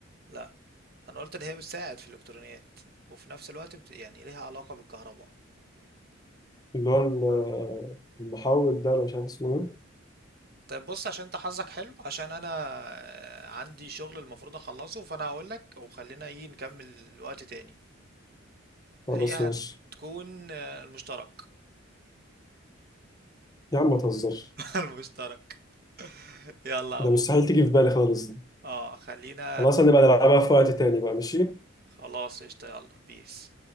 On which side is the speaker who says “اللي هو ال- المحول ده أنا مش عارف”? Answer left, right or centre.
Left